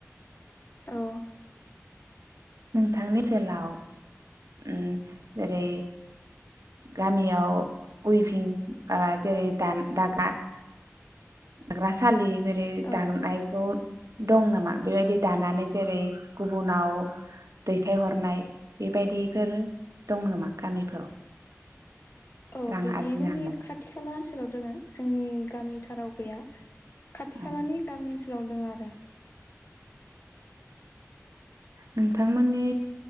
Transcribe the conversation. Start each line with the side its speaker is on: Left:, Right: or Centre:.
Left: औ
Right: नोंथांनि जोलाव उम जेरै गामियाव उइभिं जेरै द दागा दाग्रासालि बे बे
Left: औ
Right: दानायखौ दं नामा बेबायदि दानानै जेरै गुबुनाव दैथायहरनाय बेबायदिफोर दं नामा गामिफोराव?
Left: औ
Right: रां
Left: बिदि
Right: आरजिनो
Left: जोंनि
Right: हानाय
Left: खाथि खाला ओनस ओनाव दोङो जोंनि गामिथाराव गैया खाथि खालाानि
Right: औ
Left: गामिन ओनस लाव दो आरो।
Right: नोंथांमोननि